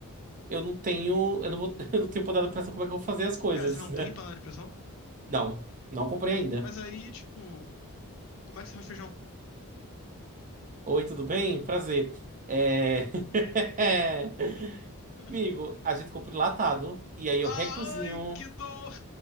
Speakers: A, on the right; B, on the left.
A: eu não tenho, eu não vou, <laughs> eu não tenho poder de pressão como é que eu vou fazer as coisas,
B: Pera, você não
A: né?
B: tem panela de pressão?
A: Não, não comprei ainda.
B: Mas aí, tipo, como é que você faz feijão?
A: Oi, tudo bem? Prazer. É... <laughs>
B: <laughs>
A: Amigo, a gente compra enlatado, e aí eu
B: Ai,
A: recozinho,
B: que dor!